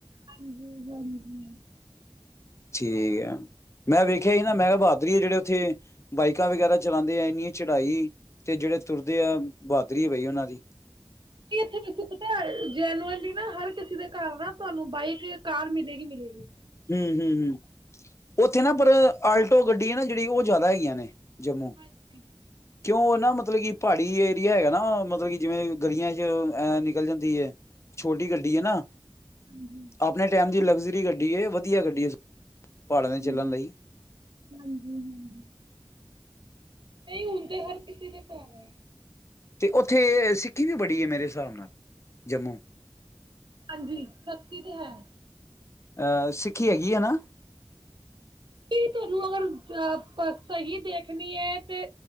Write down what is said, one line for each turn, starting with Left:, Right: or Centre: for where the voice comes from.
Right: ਹਾਂਜੀ, ਹਾਂਜੀ।
Left: ਠੀਕ ਹੈ। ਮੈਂ ਵੇਖਿਆ ਹੀ ਨਾ ਮੈਂ ਕਿਹਾ, ਬਹਾਦਰੀ ਹੈ। ਜਿਹੜੇ ਉੱਥੇ ਬਾਈਕਾਂ ਵਗੈਰਾ ਚਲਾਉਂਦੇ ਆ, ਇੰਨੀ ਚੜਾਈ ਤੇ ਜਿਹੜੇ ਤੁਰਦੇ ਆ, ਬਹਾਦਰੀ ਹੈ ਭਈ ਉਹਨਾਂ ਦੀ।
Right: ਕੀ ਇੱਥੇ ਤੁਹਾਨੂੰ ਪਤਾ ਜੈਨੂਅਲੀ ਨਾ, ਹਰ ਕਿਸੇ ਦੇ ਘਰ ਨਾ ਤੁਹਾਨੂੰ ਬਾਈਕ ਜਾਂ ਕਾਰ ਮਿਲੇਗੀ-ਮਿਲੇਗੀ।
Left: ਹੂੰ, ਹੂੰ, ਹੂੰ। ਉੱਥੇ ਨਾ ਪਰ ਆਲਟੋ ਗੱਡੀ -ਨਾ ਜਿਹੜੀ ਉਹ ਜ਼ਿਆਦਾ ਹੈਗੀਆਂ ਨੇ। ਜੰਮੂ
Right: ਅੱਛਾ।
Left: ਕਿਉਂ ਨਾ ਮਤਲਬ ਕਿ, ਪਹਾੜੀ ਏਰੀਆ ਹੈਗਾ ਨਾ, ਮਤਲਬ ਕਿ ਜਿਵੇਂ ਗਲੀਆਂ ਚ ਐ ਨਿਕਲ ਜਾਂਦੀ ਐ ਛੋਟੀ ਗੱਡੀ ਹੈ ਨਾ।
Right: ਹਾਂਜੀ
Left: ਆਪਣੇ ਟਾਈਮ ਦੀ ਲਗਜ਼- -ਰੀ ਗੱਡੀ ਹੈ। ਵਧੀਆ ਗੱਡੀ ਹੈ, ਪਹਾੜਾਂ ਦੇ
Right: ਹਾਂਜੀ-ਹਾਂਜੀ।
Left: ਚੱਲਣ ਲਈ
Right: ਹੂ। ਨਹੀਂ, ਹੁਣ ਤੇ ਹਰ ਕਿਸੀ ਦੇ ਘਰ-
Left: ਤੇ ਉੱਥੇ ਸਿੱਖੀ ਵੀ ਬੜੀ ਹੈ, ਮੇਰੇ ਹਿਸਾਬ ਨਾਲ। ਜੰਮੂ
Right: ਹਾਂਜੀ, ਸਖਤੀ ਤੇ ਹੈ।
Left: ਐ, ਸਿੱਖੀ ਹੈਗੀ ਹੈ ਨਾ।
Right: ਕੀ ਤੁਹਾਨੂੰ ਅਗਰ ਐ, ਸਹੀ ਦੇਖਨੀ ਐ ਤੇ